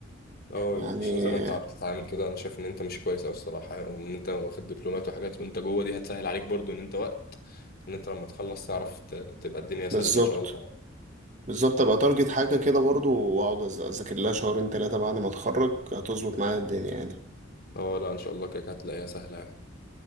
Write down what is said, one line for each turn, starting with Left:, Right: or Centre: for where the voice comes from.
Left: اه
Right: يعني
Left: عشان زي ما انت عم تتعامل كده انا شايف ان انت ماشي كويس اوي الصراحه وان انت واخد دبلومات وحاجات وانت جوه دي هتسهل عليك برضو ان انت وقت ان انت لما تخلص تعرف ت- تبقى الدنيا
Right: بالظبط
Left: سلسه ان شاء الله
Right: بالظبط ابقى تارجت حاجة كده برضو واقعد أز- اذاكر لها شهرين ثلاثة بعد ما اتخرج هتظبط معايا الدنيا يعني
Left: اه لا ان شاء الله كده كده هتلاقيها سهله يعني